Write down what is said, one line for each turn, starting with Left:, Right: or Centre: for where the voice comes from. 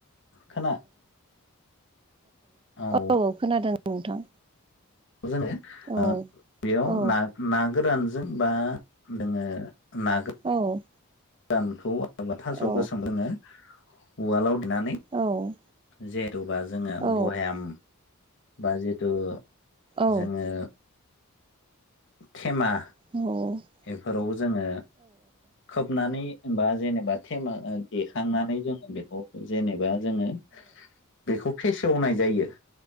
Left: खोना औ
Right: औ-औ-औ खोनादों नोंथां
Left: खौ जोङो
Right: औ
Left: बेयाव
Right: औ
Left: ना ना गोरानजों बा नोङो ना
Right: औ
Left: नाखौ थास'
Right: औ
Left: गोसोम लोङो उवालाव देनानै
Right: औ
Left: जिहेथुबा जोङो
Right: औ
Left: बयाम बा जिथु
Right: औ
Left: जोङो थेमा
Right: औ
Left: बेफोराव जोङो खोबनानै बा जेने बा थेमा देखांनानै जोङो बेखौ जेनेबा जोङो बेखौ फेसेवनाय जायो